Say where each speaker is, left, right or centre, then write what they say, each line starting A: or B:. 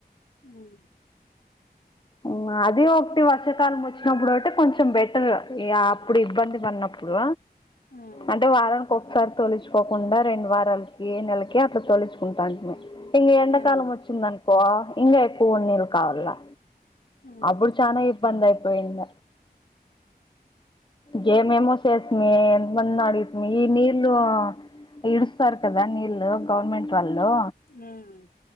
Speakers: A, on the left (about 65°); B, on the left (about 30°).
A: మ్
B: ఉ అది ఒకటి వర్షకాలం వచ్చినప్పుడు ఒకటి కొంచెం బెటర్ ఇగా అప్పుడు ఇబ్బంది పడినప్పుడు
A: ఉమ్,
B: అంటే వళ ఒకసారి తొలుచుకోకుండా రెండు వారాలకి నెలకి అట్లా తొలుచుకుంటాంటిమి ఇంక ఎండాకాలం
A: ఉమ్,
B: వచ్చింది అనుకో ఇంగా ఎక్కువ నీళ్ళు కావాలా
A: ఉమ్,
B: అప్పుడు చానా ఇబ్బంది అయిపోయింద గేమెమో సెసేమి ఎంత మందిని అడిగితిమి ఈ నీల్లు ఇడుస్తారు కదా నీళ్ళు గవర్నమెంట్ వాళ్ళు
A: ఉమ్